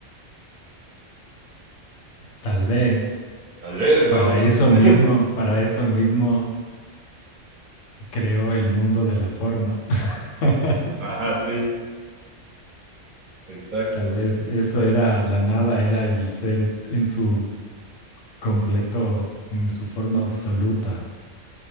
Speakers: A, on the left; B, on the right.
A: Tal vez
B: Tal vez,
A: para
B: ¿no?
A: eso
B: <laughs>
A: mismo, para eso mismo creó el mundo de la forma. <laughs>
B: Ajá, sí, exacto.
A: Tal vez eso era la nada, era el ser en su completo, en su forma absoluta.